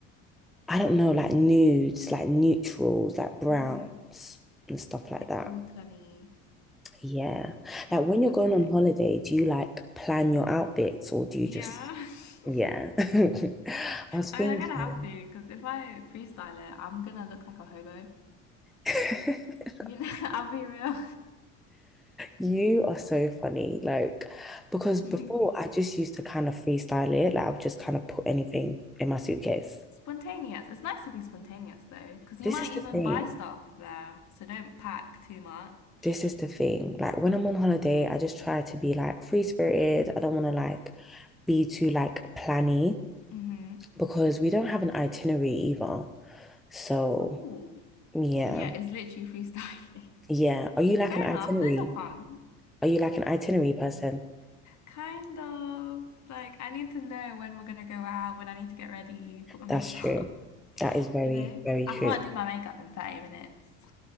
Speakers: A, in the centre; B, on the left.
A: I don't know, like nudes, like neutrals, like browns
B: mm,
A: and stuff like
B: like
A: that?
B: autumny.
A: Yeah.
B: Interesting.
A: Like, when you're going on holiday, do you like plan your outfits or do you
B: Yeah.
A: just,
B: <laughs>
A: yeah. <laughs> I was
B: I
A: thinking.
B: mean, I'm gonna have to because if I freestyle it, I'm gonna look like a hobo.
A: <laughs>
B: You know, <laughs> I'll be real.
A: You are so funny. Like, because before
B: <laughs>
A: I just used to kind of freestyle it. Like, I would just kind of put anything in my suitcase.
B: spontaneous. It's nice to be spontaneous though, because you
A: This
B: might
A: is the
B: even
A: thing.
B: buy stuff there. So don't pack too much.
A: This is the thing. Like, when I'm on holiday, I just try to be like free spirited. I don't want to like be too like planny
B: Mhm.
A: because we don't have an itinerary either. So,
B: Oh,
A: yeah.
B: yeah, it's literally freestyling.
A: Yeah. Are
B: <laughs>
A: you like
B: Fair
A: an itinerary?
B: enough. Those are fun.
A: Are you like an itinerary person?
B: Kind of like I need to know when we're gonna go out, when I need to get ready, put my makeup
A: That's true.
B: on. <laughs>
A: That is very,
B: You know,
A: very
B: 'Cause I
A: true.
B: can't do my makeup in thirty minutes.